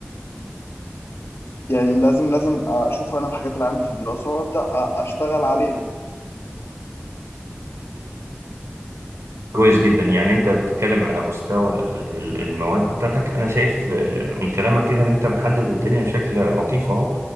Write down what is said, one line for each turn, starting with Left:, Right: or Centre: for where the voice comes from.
Left: يعني لازم لازم اشوف انا الحاجات اللي عندي في الدراسه وابدا اشتغل عليها
Right: كويس جدا يعني انت بتتكلم على مستوى ال- ال- المواد بتاعتك انا شايف آه، من كلامك كده ان انت محدد الدنيا بشكل لطيف اهو